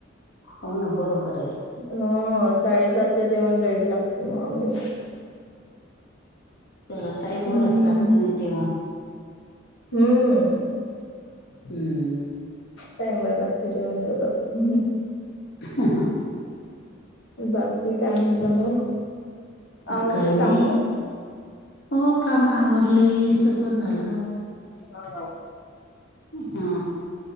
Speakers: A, on the left; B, on the left.
A: हो ना बरोबर आहे
B: ह साडेसात ला जेवण रेडी लागत मग आम्हाला
A: त्याला टाईम
B: हम्म
A: वरच लागते ना जेवण
B: हम्म
A: हम्म
B: टाईम वर लागत जेवण सगळं
A: ह
B: बाकी काय म्हणता मग आवरले
A: काही नाही
B: काम?
A: हो काम आवरली सगळं झालं
B: हा
A: हा